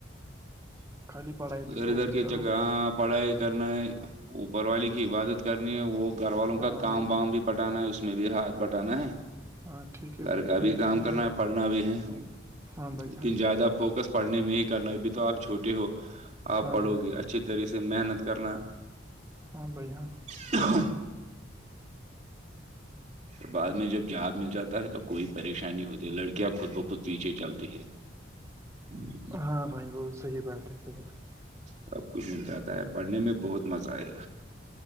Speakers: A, on the right; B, on the right.
A: خالی پڑھائی
B: ادھر
A: پہ فوکس
B: ادھر کے
A: کرو
B: چکراں پڑھائی کرنا ہے اوپر والی کی عبادت کرنی ہے وہ گھر والوں
A: ہاں
B: کا کام
A: وہ
B: وام بھی بٹانا ہے اس میں بھی ہاتھ بٹانا ہے
A: ہاں ٹھیک ہے
B: گھر
A: وہ
B: کا
A: تو میں
B: بھی کام
A: کر
B: کرنا
A: رہا ہوں
B: ہے پڑھنا بھی ہے
A: ہاں بھائی
B: لیکن
A: ہاں
B: زیادہ فوکس پڑھنے میں ہی کرنا ہے ابھی تو آپ چھوٹے ہو آپ
A: ہاں
B: پڑھو
A: بھائی
B: گے اچھا اچھی طرح سے محنت کرنا
A: ہاں بھائی ہاں
B: <unintelligible> پ بعد میں جب جاب مل جاتا ہے تو کوئی پریشانی ہوتی ہے لڑکیاں خود بخود پیچھے چلتی ہے ہوں
A: ہاں بھائی وہ صحیح بات ہے صحیح بات
B: سب کچھ مل جاتا ہے پڑھنے میں بہت مزہ آئے